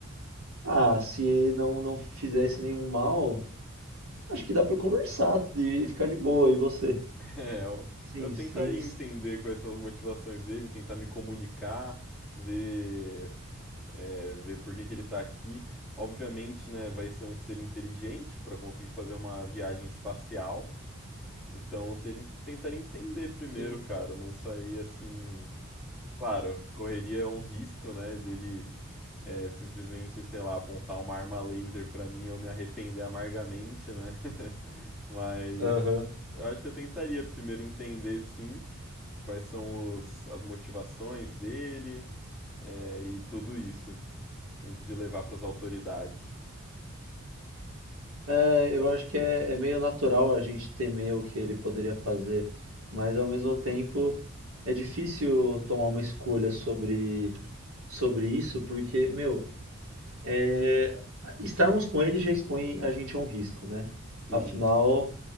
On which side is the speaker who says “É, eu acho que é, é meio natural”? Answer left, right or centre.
Right